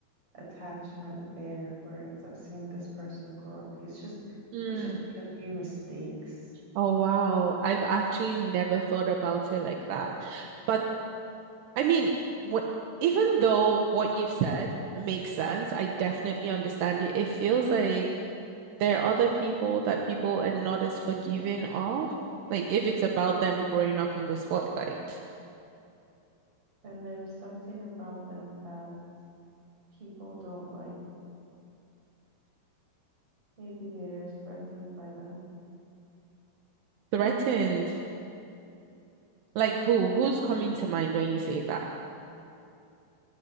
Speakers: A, on the right; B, on the right.
A: attachment there where it's I've seen this person grow up. He's just
B: Mm.
A: he's just made a few mistakes.
B: Oh, wow. I've actually never thought about it like that. But I mean, what, even though what you've said makes sense, I definitely understand it. It feels like there are other people that people are not as forgiving of, like if it's about them growing up in the spotlight.
A: And there's something about them that people don't like. Maybe they're threatened by them.
B: Threatened. Like who? Who's coming to mind when you say that?